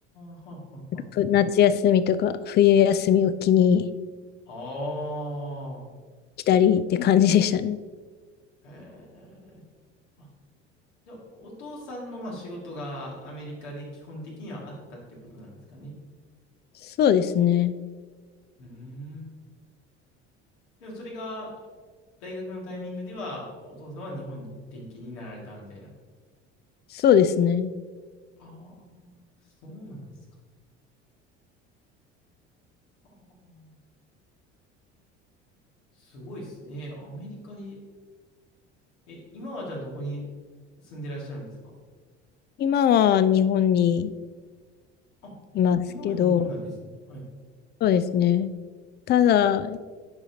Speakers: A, on the left; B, on the left.
A: はあ、はあ、は
B: ふ夏休みとか冬休みを機に
A: あ。あ
B: 来たりって感じでしたね。
A: あ、へえ。あ、じゃあ、お父さんのまあ仕事がアメリカで基本的にはあったってことなんですかね。
B: そうですね。
A: うーん。でもそれが、大学のタイミングでは、お父さんは日本に転勤になられたみたいな。
B: そうですね。
A: ああ、そうなんですか。あーすごいですね。アメリカに、え、今はじゃあどこに住んでらっしゃるんですか
B: 今は日本に
A: あ、
B: いますけど、
A: 今は日本なんですね。はい。
B: そうですね。ただ、